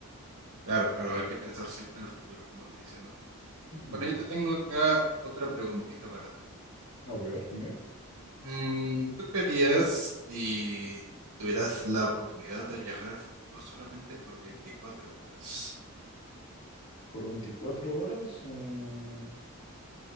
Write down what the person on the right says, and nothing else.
claro, claro, hay que pensar siempre en el futuro, como se dice, ¿no?
Bueno, yo te tengo acá otra preguntita para ti.
Mm, ¿tú qué harías si tuvieras la oportunidad de viajar al futuro solamente por 24 horas?